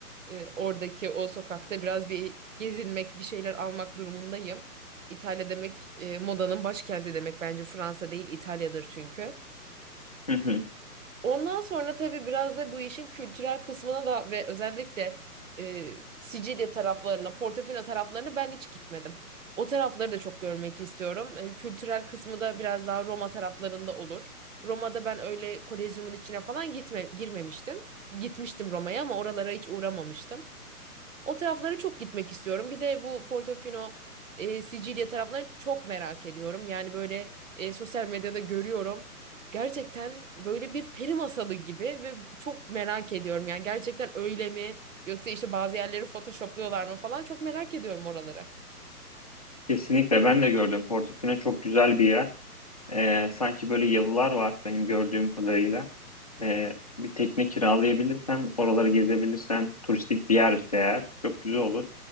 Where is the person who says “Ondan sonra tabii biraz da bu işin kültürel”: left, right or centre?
Right